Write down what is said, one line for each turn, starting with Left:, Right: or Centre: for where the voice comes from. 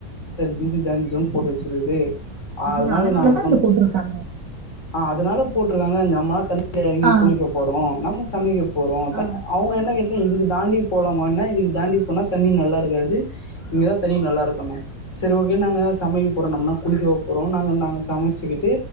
Left: தி சிஸ் டேஞ்சரஸ் சோன் போட்டு வெச்சிருக்கு
Right: அவங்க
Left: அதனால
Right: அதனாலதான்
Left: நாங்க சொன்னச்சு
Right: அத போட்டிருக்காங்க
Left: அதனால போட்டிருக்காங்க நமா தண் டில் எறங்கி
Right: ஆ
Left: குளிக்க போறோ நம்ம தமயூ போறோ த
Right: ஆ
Left: அவுங்க என்ன கே இதுக்கு தாண்டி போலாமான்னா இதுக்கு தாண்டி போனா தண்ணி நல்லா இருக்காது இங்கதா தண்ணி நல்லா இருக்கணு சரி ஓகே நாங்க சமைக்க போறோ நம்ம என்ன குளிக்கவா போறோ நாங்க நாங்க சமச்சிகிட்டு